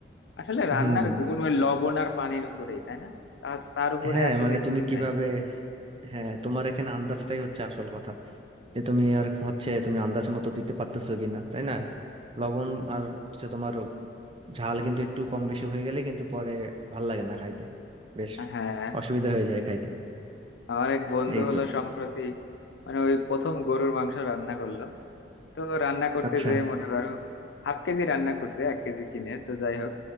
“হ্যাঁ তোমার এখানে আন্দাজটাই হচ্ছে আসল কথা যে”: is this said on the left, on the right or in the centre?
Right